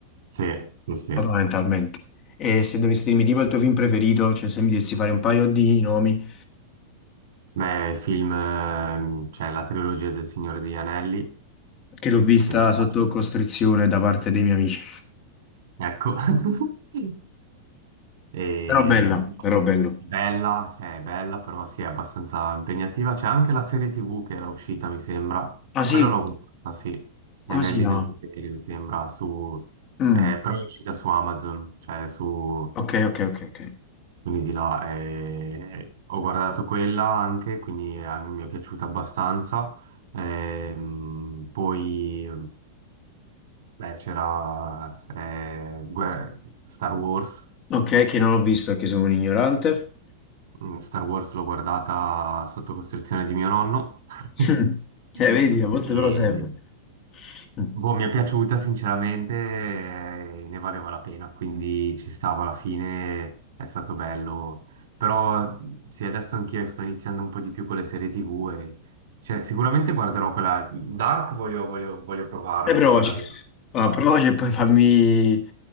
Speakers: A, on the right (about 70°); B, on the left (about 25°).
A: Sì, sì, sì.
B: fondamentalmente. E se dovessi dirmi tipo il tuo film preferito, cioè se mi dessi fare un paio di nomi,
A: Beh, il film, ehm, cioè la trilogia del Signore degli Anelli,
B: che l'ho vista
A: che mi piace.
B: sotto costrizione da parte dei miei amici.
A: Ecco. <laughs> E-
B: Però bella, però bello.
A: È bella, è bella, però sì, è abbastanza impegnativa. C'è anche la serie TV che era uscita, mi sembra.
B: Ah sì,
A: Quella l'ho guardata, sì. Gli
B: così
A: Anelli
B: no.
A: del Potere, mi sembra, su...
B: Mm,
A: eh, però è uscita su Amazon, cioè su...
B: Ok, ok, ok, ok.
A: Quindi di là, eh, ho guardato quella anche, quindi eh, mi è piaciuta abbastanza. Ehm, poi... Beh, c'era eh, Guer- Star Wars,
B: Ok, che non ho visto, che sono un ignorante.
A: Mm, Star Wars l'ho guardata sotto costrizione di mio nonno. <laughs>
B: Mm, Eh, vedi, a volte
A: E,
B: però serve. Mm.
A: boh, mi è piaciuta sinceramente, eh, ne valeva la pena, quindi ci stava alla fine, è stato bello. Però sì, adesso anch'io sto iniziando un po' di più con le serie TV e cioè, sicuramente guarderò quella Dark, voglio, voglio, voglio provarla,
B: E provaci.
A: voglio darle una possibilità.
B: Ah, provaci e poi fammi,